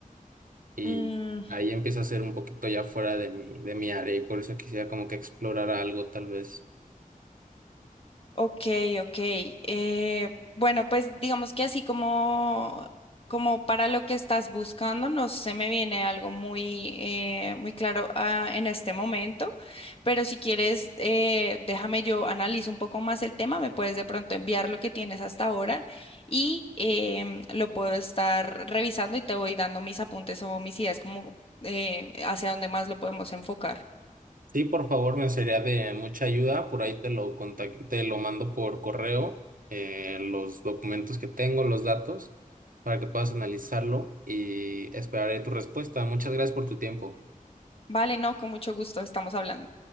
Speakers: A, on the right (about 70°); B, on the left (about 40°).
A: y
B: Mm,
A: ahí empieza a ser un poquito ya fuera de mi, de mi área y por eso quisiera como que explorar algo tal vez.
B: Ok, ok. Eh, bueno, pues digamos que así como, como para lo que estás buscando, no se me viene algo muy, eh, muy claro, ah, en este momento, pero si quieres, eh, déjame yo analizo un poco más el tema, me puedes de pronto enviar lo que tienes hasta ahora y em, lo puedo estar revisando y te voy dando mis apuntes o mis ideas como eh, hacia dónde más lo podemos enfocar.
A: Sí, por favor, me sería de mucha ayuda. Por ahí te lo contac- te lo mando por correo, eh, los documentos que tengo, los datos, para que puedas analizarlo y esperaré tu respuesta. Muchas gracias por tu tiempo.
B: Vale, no, con mucho gusto, estamos hablando.